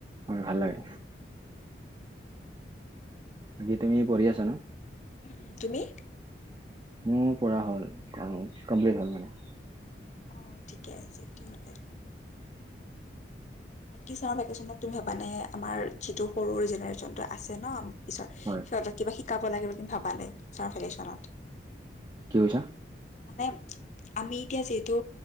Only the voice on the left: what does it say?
উম উম। তুমি?
অ ঠিকে আছে তিহলে। বাকী চামাৰ ভেকেচনত তুমি ভবা নে, আমাৰ যিটো সৰুৰ জেনেৰেশ্যনটো আছে ন। পিছত সিহঁতক
কিবা শিকাব লাগে বুলি ভাবা নে চামাৰ ভেকেচনত?
মানে আমি এতিয়া যিহেতু